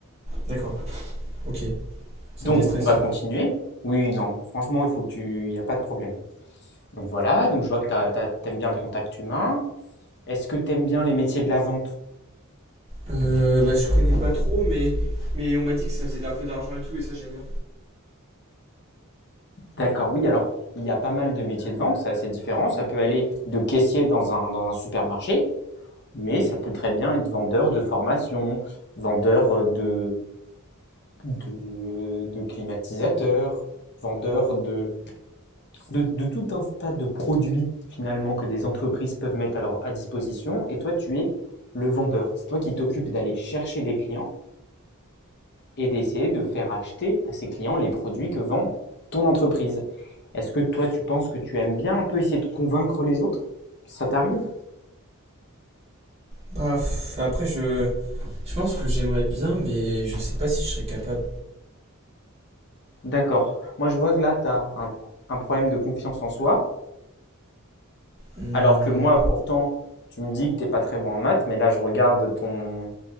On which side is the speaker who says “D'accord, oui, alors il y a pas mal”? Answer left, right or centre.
Left